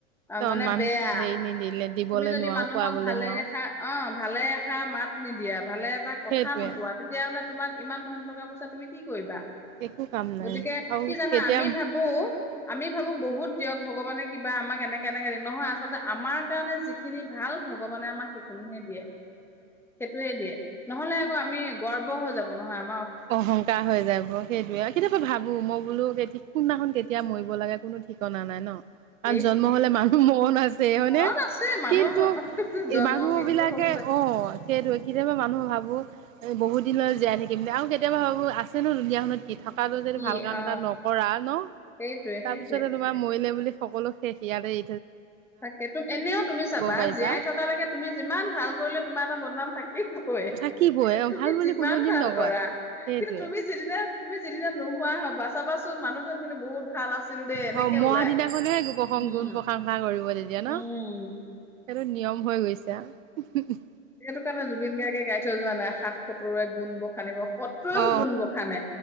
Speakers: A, in the centre; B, on the right (about 75°).
A: অ' মানে
B: অনুমান
A: বেয়া।
B: হেৰি নিদিলে দিবলৈ
A: তুমি যদি
B: নোৱাৰো
A: মানুহক
B: খুৱাবলৈ
A: ভালে
B: নোৱাৰো
A: ৰাখা, অ' ভালে এষাৰ মাত নিদিয়া, ভালে এটা কথা
B: সেইটোৱে
A: নোকোৱা, তেতিয়াহ'লে ইমান ধন, টকা-পইচা তুমি কি কৰিবা?
B: একো কাম নাই
A: গতিকে
B: আৰু
A: কি জানা?
B: কেতিয়া
A: আমি ভাবো আমি ভাবো বহুত দিয়ক ভগৱানে কিবা আমাক এনেকে - এনেকে দে, নহয়। আচলতে আমাৰ কাৰণে যিখিনি ভাল, ভগৱানে আমাক সেইখিনিহে দিয়ে। সেইটোৱে দিয়ে। নহ'লে আকৌ আমি গৰ্ব হৈ যাব নহয় আম
B: অহংকাৰ হৈ যাব সেইটোৱে। কেতিয়াবা ভাবো মই বোলো কেতি কোনদিনাখন, কেতিয়া মৰিব লাগে কোনো ঠিকনা নাই ন? আৰু
A: এই
B: জন্ম হলে মান মন আছ আছে হইনে
A: ঘৰত আছে মানুহ
B: কিন্তু
A: জন্ম
B: মানুহ
A: মৃত্যু
B: বিলাকে
A: হবই
B: অ সেইটোৱে কিন্তু আমি মানুহ ভাবো এ বহুত দিন হল জীয়াই থাকিম আৰু কেতিয়াবা ভাবো আছে নো দুনীয়াখনত কি? থাক তাতো যদি
A: কি
B: ভাল কাম
A: অ
B: এটা নকৰা ন,
A: সেইটোৱে
B: তাৰপিছতে
A: সেইটোৱে
B: তোমাৰ মৰিলে বুলি সকলো শেষ ইয়াতেই
A: তাকে তুম এনেও তুমি চাবা।
B: পাৰিবা
A: জীয়াই থকালৈকে তুমি যিমান ভাল কৰিলে তোমাৰ এটা বদনাম থাকিবই।
B: থাকিবই
A: তুমি
B: ভাল বুলি
A: যিমান
B: কোনোদিন
A: ভাল
B: নকয়
A: কৰা,
B: সেইটোৱে
A: কিন্তু তুমি যিদিনা তুমি যিদিনা নোহোৱা হবা চাবাচোন চোন মানুহজন কিন্তু বহুত ভাল আছিল দেই। এনেকে
B: অ মৰা
A: ওলাই
B: দিনাখনহে প্ৰসং
A: উম।
B: গুণ প্ৰশংসা কৰিব তেতিয়া ন,
A: উম।
B: সেইটো নিয়ম হৈ গৈছে আৰু।
A: সেইটো কাৰণে জুবিন গাৰ্গে গাই থৈ যোৱা নাই সাত সতৰুৱে গুণ বখানিব সত্ৰুৱেও
B: অ
A: গুণ বসানে।